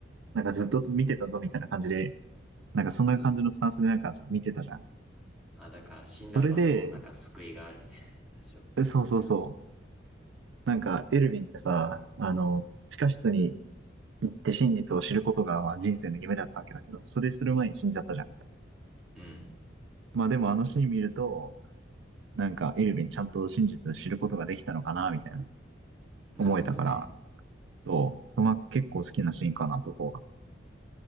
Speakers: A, on the right; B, in the centre.
A: なんかずっと見てたぞみたいな感じで、なんかそんな感じのスタンスでなんかさ見てたじゃん。
B: うん。あ、だから死んだ後でもなんか救いがあるみたいな。
A: それで、
B: そう
A: えそうそうそう。なんかエルヴィンってさ、あの、地下室に行って真実を知ることがまあ人生の夢だったわけだけど、それする前に死んじゃったじゃん。
B: うん。
A: まあでもあのシーン見ると、なんかエルヴィンちゃんと真実を知ることができたのかな、みたいな
B: なるほどね。
A: 思えたから、と、まあ結構好きなシーンかな、そこは。